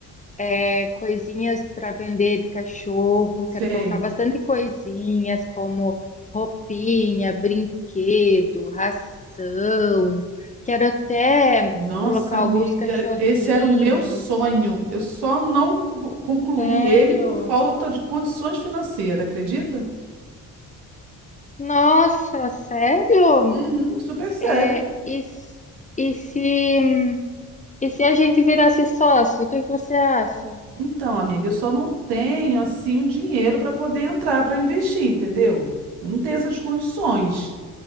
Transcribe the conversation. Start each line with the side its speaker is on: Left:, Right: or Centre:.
Left: é, coisinhas para vender de cachorro.
Right: sei.
Left: Quero colocar bastante coisinhas como roupinha, brinquedo, ração. Quero até
Right: Nossa,
Left: colocar
Right: amiga,
Left: alguns cachorrinhos.
Right: esse era o meu sonho. Eu só não co- concluí
Left: Sério?
Right: ele por falta de condições financeiras, acredita?
Left: Nossa, sério?
Right: Uhum, super sério.
Left: É, e, s- e se, e se a gente virasse sócio, o que que você acha?
Right: Então, amiga, eu só não tenho assim um dinheiro para poder entrar para investir, entendeu? Eu não tenho essas condições,